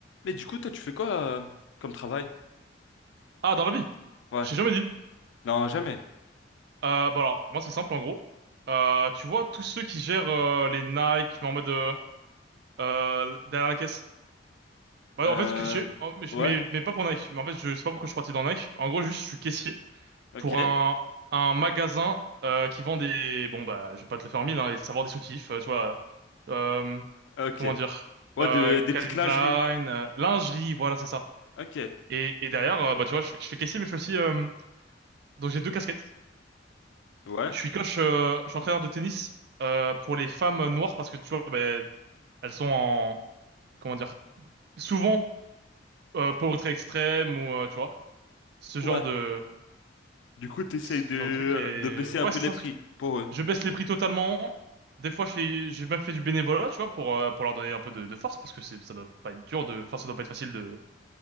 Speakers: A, on the left; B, on the right.
A: Mais du coup, toi, tu fais quoi euh, comme travail?
B: Ah, dans la vie?
A: Ouais.
B: Je t'ai jamais dit.
A: Non, jamais.
B: Euh, bah alors, moi c'est simple en gros. Euh, tu vois, tous ceux qui gèrent euh, les Nike, mais en mode euh, euh, derrière la caisse. Bah,
A: Euh...
B: en fait, caissier, en- mais, je-
A: Ouais.
B: mais, mais pas pour Nike. Mais en fait, je sais pas pourquoi je suis parti dans Nike. En gros, juste, je suis caissier
A: Ok.
B: pour un, un magasin euh, qui vend des... Bon, bah, je vais pas te le faire en mille, hein, les savoir des soutifs, euh, tu vois. Euh,
A: Ok.
B: comment dire?
A: Ouais,
B: Euh,
A: de- des
B: Calvin
A: petites lingeries.
B: Klein, euh, lingerie, voilà, c'est ça.
A: Ok.
B: Et, et derrière, euh, bah, tu vois, je, fais je fais caissier, mais je fais aussi... euh, donc j'ai deux casquettes.
A: Ouais.
B: Je suis coach, euh, je suis entraîneur de tennis euh, pour les femmes noires parce que tu vois, ben, elles sont en, comment dire, souvent euh, pauvreté extrême ou euh, tu vois, ce
A: Ouais.
B: genre de,
A: Du coup, t'essayes
B: ce
A: de...
B: genre de truc. Et
A: de baisser
B: ouais,
A: un peu
B: c'est
A: les
B: ça.
A: prix pour eux.
B: Je baisse les prix totalement. Des fois, je fais, j'ai même fait du bénévolat, tu vois, pour euh, pour leur donner un peu de, de force parce que c'est, ça doit pas être dur de, enfin, ça doit pas être facile de,